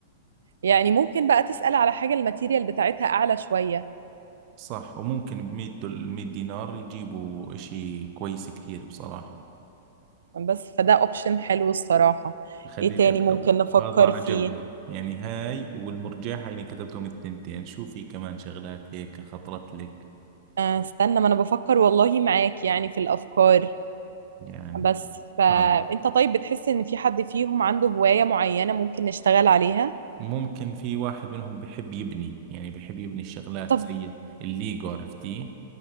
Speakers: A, on the right; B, on the right.
A: يعني ممكن بقى تسال على حاجه الماتيريال بتاعتها اعلى شويه
B: صح وممكن بمية دول مية دينار يجيبوا إشي كويس كثير بصراحة
A: بس فده اوبشن حلو الصراحه
B: خليني
A: ايه تاني
B: أكتبه
A: ممكن نفكر
B: هذا عجبني
A: فيه
B: يعني هاي والمرجحة يعني كتبتهم التنتين شو في كمان شغلات هيك خطرت لك
A: آه، استنى ما انا بفكر والله معاك يعني في الافكار
B: يعني
A: بس فانت
B: آه
A: طيب بتحس ان في حد فيهم عنده هوايه معينه ممكن نشتغل عليها
B: ممكن في واحد منهم بحب يبني يعني بحب يبني الشغلات
A: طب
B: زي الليجو عرفتيه